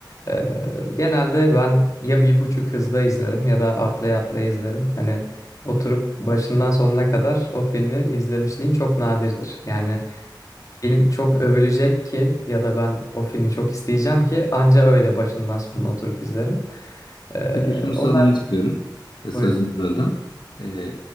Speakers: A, on the left; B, on the left.
A: Ee, genelde ben ya bir buçuk hızda izlerim ya da atlaya atlaya izlerim. Hani Oturup başından sonuna kadar o filmi izlemişliğim çok nadirdir. Yani film çok övülecek ki ya da ben o filmi çok isteyeceğim ki anca öyle başından sonuna oturup izlerim. Ee,
B: Peki şunu sormak
A: onlar
B: istiyorum. E, sözünü
A: buyurun.
B: böldüm. E,